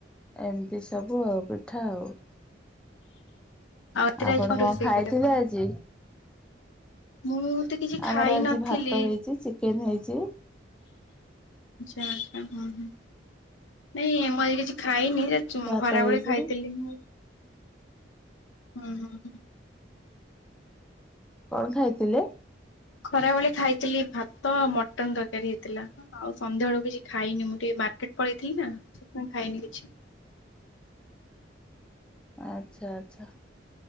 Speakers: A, in the centre; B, on the left.
A: ଏମିତି ସବୁ ଆଉ ପିଠା ଆଉ।
B: ଆଉ ରାତିରେ
A: ଆପଣ
B: ଆଜି
A: କଣ
B: ରୋଷେଇ
A: ଖାଇଥିଲେ
B: କରିବେ ଆପଣ?
A: ଆଜି?
B: ମୁଁ ତ କିଛି ଖାଇ
A: ଆମର ଆଜି
B: ନଥିଲି
A: ଭାତ ହେଇଚି ଚିକେନ ହେଇଚି।
B: ଆଛା ଆଛା ହୁଁ ହୁଁ ନାଇଁ ମୁଁ ଆଜି କିଛି ଖାଇନି। ଚୁ ମୁଁ
A: ଭାତ
B: ଖରାବେଳେ
A: ହେଇଛି
B: ଖାଇଥିଲି ମୁଁ। ହୁଁ ହୁଁ ହୁଁ।
A: କଣ ଖାଇଥିଲେ?
B: ଖରାବେଳେ ଖାଇଥିଲି ଭାତ ଆଉ ମଟନ ତରକାରୀ ହେଇଥିଲା। ଆଉ ସନ୍ଧ୍ୟା ବେଳୁ କିଛି ଖାଇନି ମୁଁ ଟିକେ ମାର୍କେଟ ପଳେଇଥିଲି ନା ସେଥିପାଇଁ ଖାଇନି କିଛି।
A: ଆଚ୍ଛା ଆଚ୍ଛା।